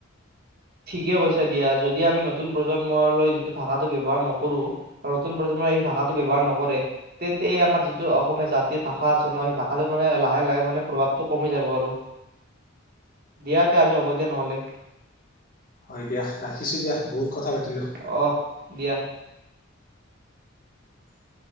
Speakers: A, on the right; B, on the left.
A: কে কৈছে দিয়া। যদি আমি নতুন প্ৰজন্মলৈ যিটো ভাষাটো ব্যৱহাৰ নকৰো, বা নতুন প্ৰজন্মই এই ভাষাটো ব্যৱহাৰ নকৰে, তেন্তে এই আমাৰ যিটো অসমীয়া জাতিৰ ভাষা আছে ন সেই ভাষাটো মানে লাহে-লাহে মানে প্ৰভাৱটো কমি যাব আৰু। দিয়া তে আজি হ'ব দিয়া নহ'লে।
B: হয় দিয়া, ৰাখিছো দিয়া। বহুত কথা পাতিলোঁ।
A: অহ দিয়া।
B: <unintelligible>